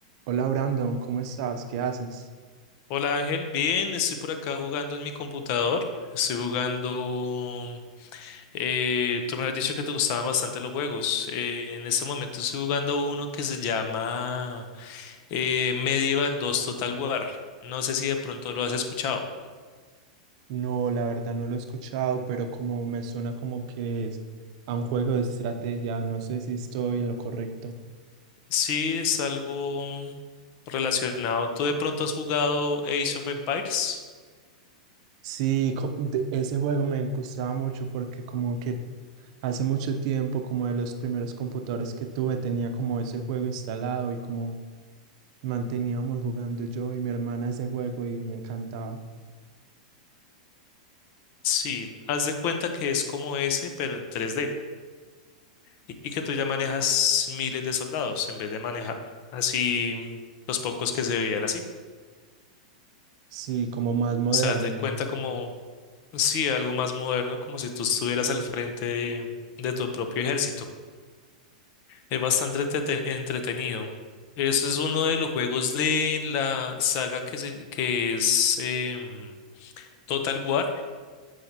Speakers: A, on the right; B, on the left.
A: Hola Brandon, ¿cómo estás? ¿Qué haces?
B: Hola Ángel, bien, estoy por acá jugando en mi computador. Estoy jugando. eh, tú me has dicho que te gustaban bastante los juegos. Eh, en este momento estoy jugando uno que se llama eh, Medieval 2 Total War. No sé si de pronto lo has escuchado.
A: No, la verdad no lo he escuchado, pero como me suena como que es a un juego de estrategia, no sé si estoy en lo correcto.
B: Sí, es algo relacionado. ¿Tú de pronto has jugado Age of Empires?
A: Sí, co- de- ese juego me gustaba mucho porque como que hace mucho tiempo, como de los primeros computadores que tuve, tenía como ese juego instalado y como manteníamos jugando yo y mi hermana ese juego y me encantaba.
B: Sí, haz de cuenta que es como ese, pero en 3D. y y que tú ya manejas miles de soldados en vez de manejar así los pocos que se veían así. O
A: Sí, como más moderno.
B: sea, haz de cuenta como, sí, algo más moderno, como si tú estuvieras al frente de, de tu propio ejército. Es bastante entrete- entretenido. Eso es uno de los juegos de la saga que, se- que es em, Total War,